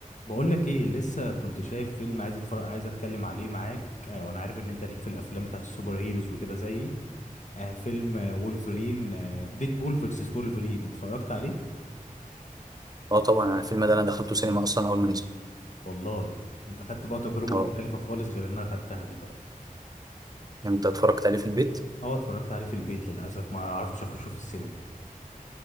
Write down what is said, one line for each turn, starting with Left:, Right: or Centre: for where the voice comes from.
Left: بقولك ايه لسه كنت شايف فيلم عايز اتفرج عايز اتكلم عليه معاك آه وانا عارف ان انت ليك في الافلام بتاعت السوبر هيروز وكده زيي آه فيلم آه وولفرين آه ديدبول فيرسس وولفرين اتفرجت عليه
Right: اه طبعا انا الفيلم ده انا دخلته سينما اصلا اول ما نزل
Left: والله انت خدت بقى تجربة
Right: اه
Left: مختلفة خالص غير انها خدتها دي بقى
Right: انت اتفرجت عليه في البيت
Left: اه اتفرجت عليه في البيت للاسف ما عرفتش اخشه في السينما